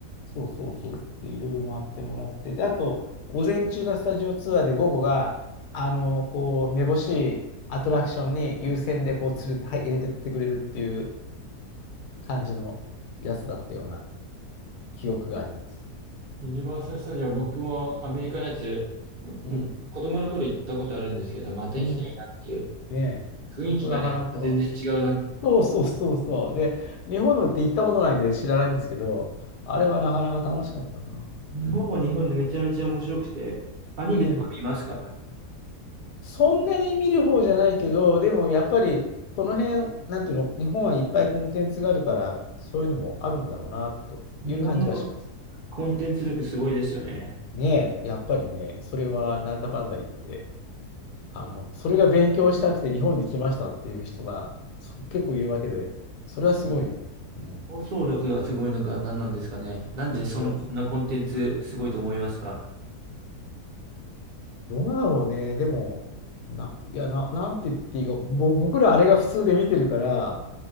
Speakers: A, on the left (about 80°); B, on the right (about 45°).
A: そうそうそう、で、いろいろ回ってもらってで、あと、午前中がスタジオツアーで、午後が、あの、こう、めぼしいアトラクションに優先で、こう、連れて、はい、入れてってくれるっていう感じのやつだったような記憶があります。
B: ユニバーサル・スタジオ、僕もアメリカのやつ、むむ子供の頃行ったことあるんですけど、
A: うん。
B: また行きたいなっていう
A: うん。ねえ。
B: 雰囲気がね、
A: あそこなかなか。
B: また全然違うな
A: そうそうそうそう。で、日本のって行ったことないんで知らないんですけど、あれはなかなか楽しかったな。
B: 日本は日本でめちゃめちゃ面白くて、
A: うん。
B: アニメとか見ますか
A: うん。そんなに見る方じゃないけど、でもやっぱりその辺、なんていうの、日本はいっぱいコンテンツがあるから、そういうのもあるんだろうな、という感じはします。
B: 日本のコンテンツ力すごいですよね。
A: ねえ、やっぱりね、それはなんだかんだ言って、あの、それが勉強したくて日本に来ましたっていう人がそう結構いるわけで、それはすごいよね。うん。
B: 放送力がすごいのか何なんですかね。なんでそん、
A: そう。
B: こんなコンテンツすごいと思いますか
A: どうだろうね、でも、な、いや、な、なんて言っていいか、ぼ、僕らあれが普通で見てるから、